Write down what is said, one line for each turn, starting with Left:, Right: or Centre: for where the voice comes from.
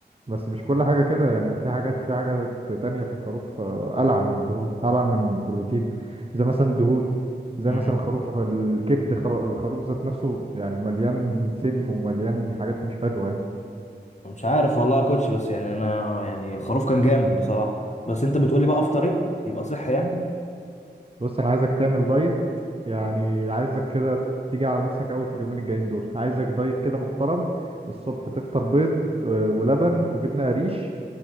Right: بس مش كل حاجة كده يعني في حاجات في حاجة تانية في الخروف آه، ألعن من الدهون ألعن من البروتين زي مثلا الدهون زي
Left: يعني
Right: مثلا الخروف فالكبد خر- الخروف ذات نفسه يعني مليان سم ومليان حاجات مش حلوة يعني
Left: مش عارف والله يا كوتش بس يعني انا يعني الخروف كان جامد بصراحه بس انت بتقولي بقى افطر ايه يبقى صحي يعني
Right: بص أنا عايزك تعمل دايت يعني عايزك كده تيجي على نفسك قوي في اليومين الجايين دول عايزك دايت كده محترم الصبح تفطر بيض آه، ولبن وجبنة قريش